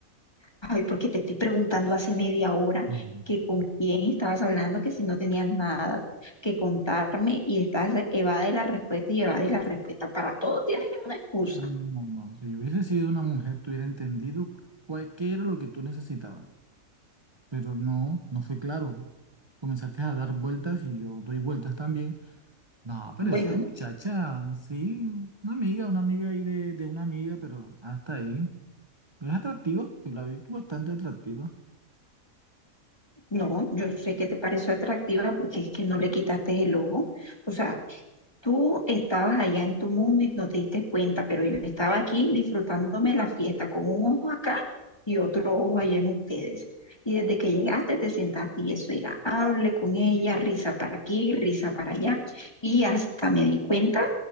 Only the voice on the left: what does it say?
Ay, porque te estoy preguntando hace media hora
que con quién estabas hablando, que si no tenías nada que contarme y estás evade la respuesta y evade la respuesta. Para todo tienes una excusa.
Bueno,
no, yo sé que te pareció atractiva porque es que no le quitaste el ojo. O sea, Tú estabas allá en tu mundo y no te diste cuenta, pero yo estaba aquí disfrutándome la fiesta con un ojo acá y otro ojo allá en ustedes. Y desde que llegaste te sentaste y eso era, hable con ella, risa para aquí, risa para allá. Y hasta me di cuenta